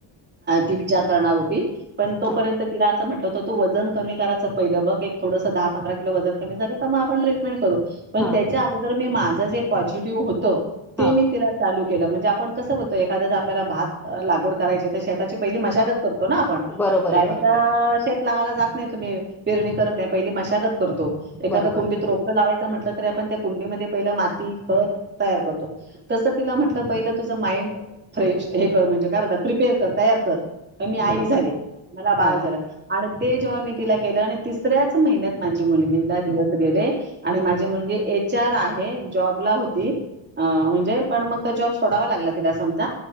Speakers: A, on the right; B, in the centre.
A: ती विचार करणार होती पण तोपर्यंत
B: हां,
A: तिला त म्हटलं होत तू वजन कयचं पहिलं बघ एक थडसं दहा पंधरा किलो वजन कमी झालं त म आपण ट्रीटमेंट करू. पण
B: हां,
A: त्याच्या अगोदर मी माझं जे पॉझिटिव्ह होत ते
B: हां.
A: मी तिला चालू केलं म्हणजे आपण कस बोलतो एखाद ज आपल्याला भात लागवड करायचीय त शेता ची पहिली मशागत करतो ना आपण?
B: बरोबर
A: डायरेक्टं
B: आहे, बरोबर
A: अं
B: आहे.
A: शेत लावायला जात नाही तुम्ही पिरणी करत नाही पहिली मशा गत करतो. एखादं
B: बरोबर
A: कुंडीत
B: आहे.
A: रोपटं लावाय च म्हटल तरी आपण त्या कुंडीमध्ये पहिल माती खत तयार करतो तस तिला म्हटलं पहिलं तुझं माइंड फ्रेश हे कर म्हणजे काय म्हणतात प्रिपेअर कर तयार कर. की मी आई
B: बरोबर.
A: झाले, मला बाळ
B: हां.
A: झालं आणि ते जेव्हा मी तिला केलं आणि तिसऱ्याच महिन्यात माझी मुलगीला दिवस गेले आणि माझी मुलगी ए एच आर आहे. जॉबला होती, अं म्हणजे पण मग तो जॉब सोडावा लागला तिला समजा,